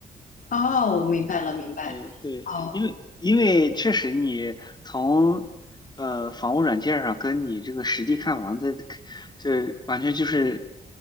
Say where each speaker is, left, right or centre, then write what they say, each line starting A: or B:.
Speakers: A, on the left; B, on the left.
A: 哦，我明白了，明白。
B: 嗯，对，
A: 哦。
B: 因为因为确实你从呃房屋软件上跟你这个实地看房的，这完全就是